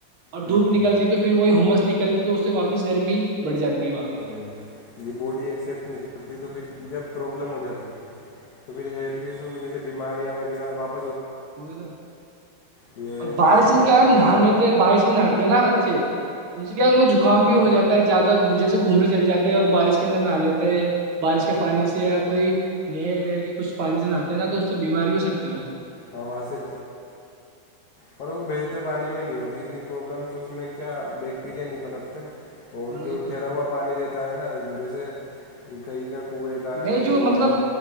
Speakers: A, on the right; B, on the left.
A: اور دھوپ
B: ہوں
A: نکلتی تو پھر وہی ہممس نکل کلتی تو <unintelligible> سے واپس گرمی بڑھ جاتی ہے واپس
B: ہ یہ باڈی ایکسپٹ نہیں کرتی تو پھر جب پروابلم ہو جاتی تو پھر ہیلتھ ایشو جیے بیماریاںہ جاپ
A: تھا
B: یہ ہے
A: اور بارش
B: تو
A: میں کیا ہے نہانےتے بارش میں نہاتے ہیں نا بچے ان سے کیا ہے ان جکام بھی ہو جاتا ہے زیادہ وجہ سے گھومنے چل جاتے ہیں اور بارش کے اندر نہ لیتے بارش کے پانی سے کوئی نہر ور کے کچھ پانی سے نہتے نا تو اس سے بیمار بھی ہو سکتے ہیں وہ
B: ہاں سے پر وہ بیجتے پانی میں نہیں ہوتی اتنی پرابلمس اس میں کیا بیکٹیریا نہیں پنپتے اور
A: وہی
B: جو
A: تو
B: ٹھہرا ہوا پانی رہتا ہے نا جیسے کہیں کا کنویں کا
A: نہیں
B: ہے
A: جو مطلب
B: ان کا